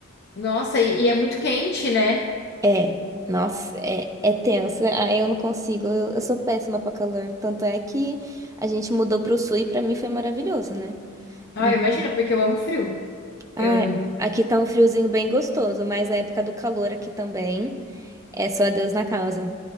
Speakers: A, on the left; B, on the right.
A: Nossa, e, e é muito quente, né?
B: É, nossa, é, é tenso. Ah, eu não consigo, eu, eu sou péssima pra calor. Tanto é que a gente mudou pro sul e pra mim foi maravilhoso, né?
A: Ah,
B: Então,
A: imagina, porque eu amo frio.
B: ah,
A: Eu,
B: aqui tá um friozinho bem gostoso, mas a época do calor aqui também é só Deus na causa.